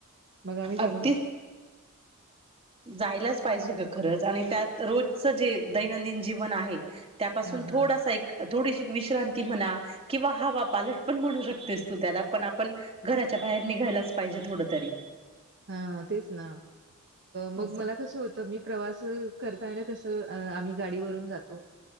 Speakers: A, on the right (about 55°); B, on the right (about 30°).
A: मग आम्ही
B: अगदी
A: <inaudible>
B: जायलाच पाहिजे ग खरंच आणि त्यात रोजचं जे दैनंदिन जीवन आहे. त्यापासून
A: हा हा
B: थोडासा एक थोडीशी विश्रांती म्हणा किंवा हवा पालट पण म्हणू शकतेस तू त्याला पण आपण घराच्या बाहेर निघायलाच पायजे थोडं तरी.
A: हा तेच ना मग
B: असं
A: मला कसं होतं मी प्रवास करताना कसं अ आम्ही गाडीवरून जातो